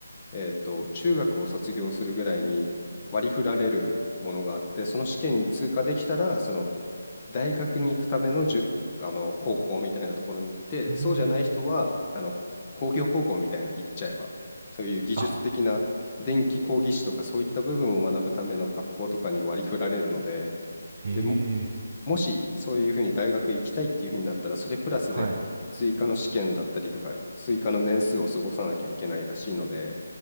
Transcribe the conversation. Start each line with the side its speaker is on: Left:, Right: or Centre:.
Left: えっと、中学を卒業するぐらいに割り振られるものがあって、その試験に通過できたら、その大学に行くためのじゅ、あの、高校みたいなところに行って、
Right: うーん
Left: そうじゃない人は、あの、工業高校みたいな行っちゃえば、そういう技術的な電気工技士とかそういった部分を学ぶための学校とかに割り振られるので、
Right: あへ
Left: で、
Right: え
Left: もしそういうふうに大学行きたいっていうふうになったら、それプラスで追加の試験だったりとか、
Right: はい
Left: 追加の年数を過ごさなきゃいけないらしいので、